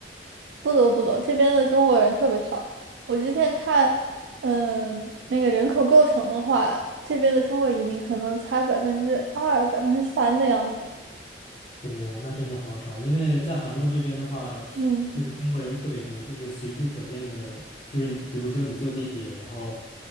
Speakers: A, on the right (about 85°); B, on the left (about 30°).
A: <laughs> 不得不懂，这边的中国人特别少。我之前看，嗯，那个人口构成的话，这边的中国移民可能才百分之二、百分之三的样子。
B: 哦，那真的好少，因为在韩国这边的话，
A: 嗯，
B: 就是中国人特别多，就是随处可见的，就是你比如说你坐地铁，然后